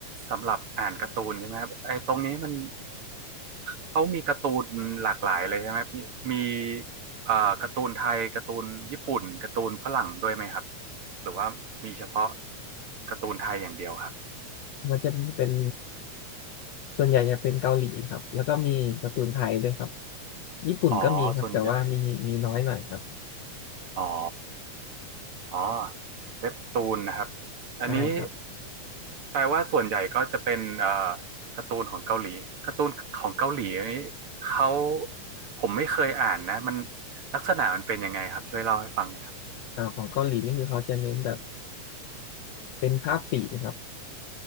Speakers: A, on the right; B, on the left.
A: สำหรับอ่านการ์ตูนใช่ไหมครับไอ้ตรงนี้มันเขามีการ์ตูนหลากหลายเลยใช่ไหมพี่มีเอ่อการ์ตูนไทยการ์ตูนญี่ปุ่นการ์ตูนฝรั่งด้วยไหมครับหรือว่ามีเฉพาะการ์ตูนไทยอย่างเดียวครับ
B: มันจะมีเป็นส่วนใหญ่จะเป็นเกาหลีครับแล้วก็มีการ์ตูนไทยด้วยครับญี่ปุ่นก็มีครับแต่ว่ามีมีน้อยหน่อยครับ
A: อ๋อส่วนใหญ่อ๋อ อ๋อเว็บตูนนะครับอันนี้
B: ได้ครับ
A: แปลว่าส่วนใหญ่ก็จะเป็นเอ่อการ์ตูนของเกาหลีการ์ตูนของเกาหลีอันนี้เขาผมไม่เคยอ่านนะมันลักษณะมันเป็นยังไงครับช่วยเล่าให้ฟังหน่อยครับ
B: อ่าของเกาหลีนี่คือเขาจะเน้นแบบเป็นภาพสีนะครับ